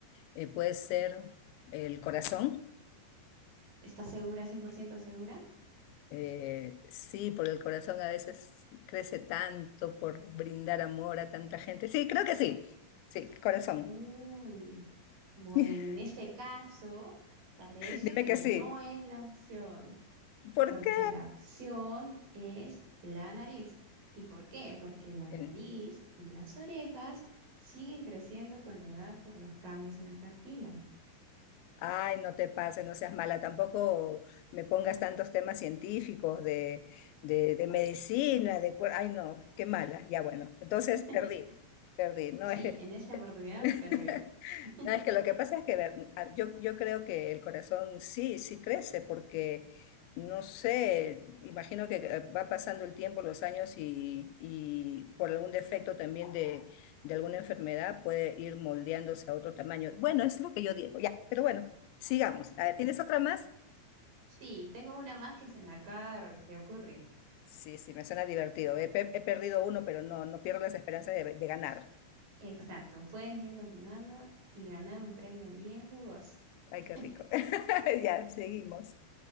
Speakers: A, on the left; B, on the right.
A: Eh, puede ser el corazón.
B: ¿Está segura, 100% segura?
A: Eh, sí, por el corazón a veces crece tanto por brindar amor a tanta gente. Sí, creo que sí. Sí, corazón.
B: Uy, bueno,
A: <laughs>
B: en este caso parece
A: Dime
B: que
A: que
B: no
A: sí.
B: es la opción.
A: ¿Por
B: Porque
A: qué?
B: la opción es la nariz. ¿Y por qué? Porque la
A: Eh,
B: nariz y las orejas siguen creciendo con la edad por los cambios en el cartílago.
A: Ay, no te pases, no seas mala. Tampoco me pongas tantos temas científicos de, de, de medicina, de... cuer- Ay, no, qué mala. Ya bueno, entonces
B: <laughs>
A: perdí, perdí. No
B: Sí,
A: es que...
B: en esta oportunidad
A: <laughs>
B: perdió. <laughs>
A: Ah, Es que lo que pasa es que ver, a- yo, yo creo que el corazón sí, sí crece, porque no sé, imagino que eh, va pasando el tiempo, los años y, y por algún defecto también de, de alguna enfermedad puede ir moldeándose a otro tamaño. Bueno, es lo que yo digo, ya, pero bueno, sigamos. A ver, ¿tienes otra más?
B: Sí, tengo una más que se me acaba de de ocurrir.
A: Sí, sí, me suena divertido. He, pe- he perdido uno, pero no, no pierdo las esperanzas de, de ganar.
B: Exacto, puedes ir continuando y ganar un premio bien jugoso.
A: Ay,
B: <laughs>
A: qué rico. <laughs> Ya, seguimos.